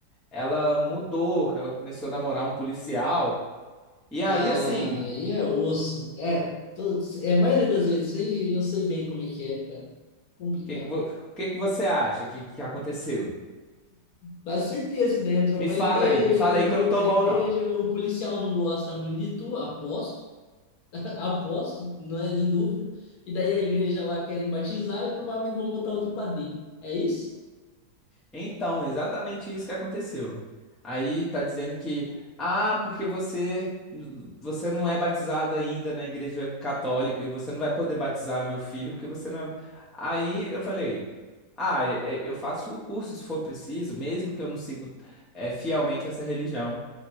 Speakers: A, in the centre; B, on the left.
A: ela mudou, que ela começou a namorar um policial. E aí,
B: Ah,
A: assim, o
B: e é osso. É, todo, é, a maioria das vezes, isso aí eu sei bem como é que é, cara. Complicado.
A: que que, vo- o que que você acha que, que aconteceu?
B: Quase certeza que daí entrou
A: Me
B: pra
A: fala
B: igreja,
A: aí, me fala
B: entrou
A: aí que eu não tô
B: pra
A: bom,
B: igreja,
A: não.
B: o policial não gosta muito de tu, aposto, <laughs> aposto, não é nem dúvida. E daí a igreja lá querem batizar e provavelmente vão botar outro padrinho. É isso?
A: Então, exatamente isso que aconteceu. Aí tá dizendo que, ah, porque você você não é batizado ainda na igreja católica e você não vai poder batizar meu filho porque você não é... Aí eu falei, ah, é- é- eu faço o curso se for preciso, mesmo que eu não sigo é, fielmente essa religião.